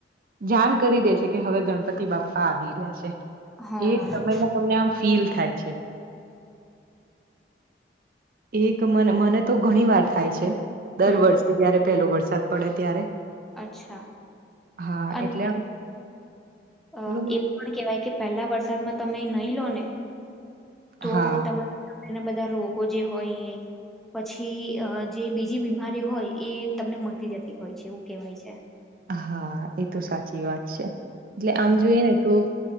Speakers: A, on the right (about 50°); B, in the centre.
A: જાણ કરી દેશે કે હવે, ગણપતિ બાપા આવી રહ્યા છે.
B: હા
A: એ સમયમાં, તમને આમ ફીલ થાય છે. એક મ મને, તો ઘણી વાર થાય છે, દર
B: હમ
A: વર્ષે જયારે પેલો વરસાદ પડે ત્યારે
B: અચ્છા
A: હા,
B: અને
A: એટલે
B: અ
A: બોલો બોલો
B: એવું પણ કેહેવાય, કે પહેલા વરસાદમાં તમે નહી, લો ને તો
A: હા
B: તમારા એના બધા રોગો જે, હોય એ પછી જે બીજી બીમારીઓ હોય, એ તમને મળટી જતી હોય છે, એવું કેહેવાય છે.
A: હા, એ તો સાચી વાત છે, એટલે આમ
B: હા
A: જોઈએ ને તો